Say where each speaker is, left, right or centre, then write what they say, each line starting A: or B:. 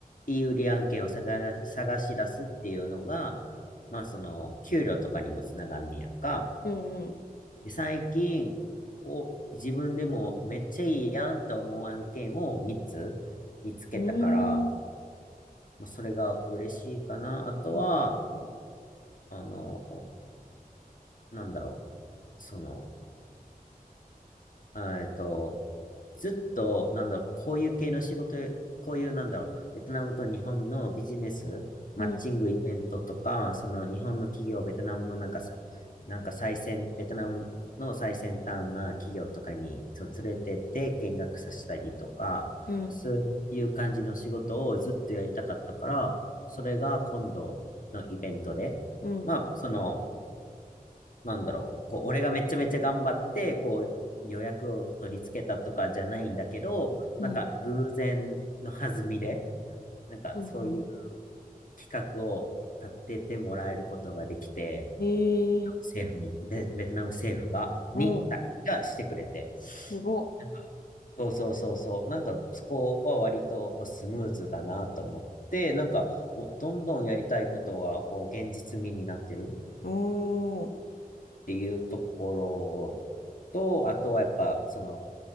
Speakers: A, on the left; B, on the left.
A: いい売り案件を探ら探し出すっていうのが、まあその、給料とかにもつながんねやんか。
B: うん、うん、
A: で、最近、を自分でもめっちゃいいやんと思う案件を3つ見つけたから、
B: うーん。
A: まあそれが嬉しいかな。あとは、
B: うん。うん
A: あの、なんだろう、その、あえっと、ずっと、なんだろう、こういう系の仕事、こういう、なんだろう、ベトナムと日本のビジネス、マッチングイベントとか、
B: うん、
A: その日本の企業、ベトナムのなんかさ、なんか最先、ベトナムの最先端な企業とかに、そう連れてって見学させたりとか、
B: うん
A: そういう感じの仕事をずっとやりたかったから、それが今度のイベントで、
B: うん
A: まあ、その、なんだろう、こう、俺がめちゃめちゃ頑張って、こう、予約を取り付けたとかじゃないんだけど、
B: うん、
A: なんか偶然の弾みで、
B: うん、
A: なんかそういう
B: うん。うん
A: 企画を立ててもらえることができて、
B: えー、
A: 政府に、ベ、ベトナム政府が、
B: おー、
A: に、たがしてくれて、
B: すごっ。
A: なんか、そうそうそうそう、なんかそこは割とこうスムーズだなと思って、なんか、こうどんどんやりたいことは、こう、現実味になってる。
B: おー、
A: っていうところと、あとはやっぱ、その、